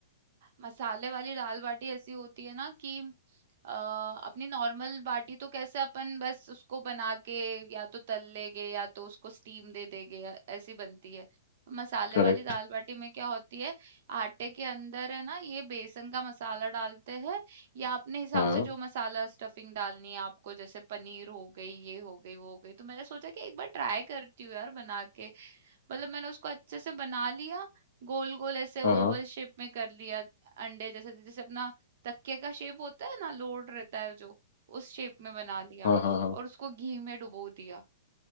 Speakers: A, on the right; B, on the left.
A: मसाले वाली दाल बाटी ऐसी होती है ना कि अ, अपनी नॉर्मल बाटी तो कैसे अपन बस उसको बना के या तो तल लेंगे या तो उसको स्टीम दे देंगे या- ऐसी बनती है मसाले
B: करेक्ट
A: वाली दाल बाटी में क्या होती है आटे के अंदर है ना ये बेसन का मसाला डालते हैं या अपने हिसाब
B: हाँ
A: से जो मसाला स्टफिंग डालनी है आपको जैसे पनीर हो गई ये हो गई वो हो गई तो मैंने सोचा कि एक बार ट्राई करती हूँ यार बना के मतलब मैंने उसको अच्छे से बना लिया, गोल-गोल ऐसे ओवल
B: हाँ हाँ
A: शेप में कर लिया अंडे जैसे जैसे अपना तकिए का शेप होता है ना, लोड रहता है जो, उस शेप में बना लिया
B: हाँ हाँ हाँ
A: और उसको घी में डुबो दिया।